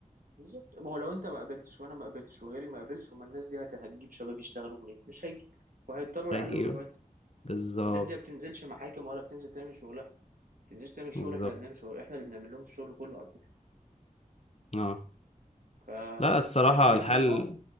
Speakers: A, on the right; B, on the left.
A: بالظبط ما هو لو انت ما قابلتش وانا ما قابلتش وغيري ما قابلش هما الناس دي هت- هتجيب شباب يشتغلوا منين؟ مش هيجيبوا وهيضطروا
B: فاجي
A: يعلوا الرواتب
B: بالظبط
A: الناس دي ما بتنزلش محاكم ولا بتنزل تعمل شغلها ما بتنزلش تعمل شغل
B: بالظبط
A: احنا اللي بنعمل شغل احنا اللي بنعمل لهم الشغل كله على فكره
B: اه
A: ف...
B: لا الصراحة
A: فاحنا بنكمل
B: الحال
A: بعض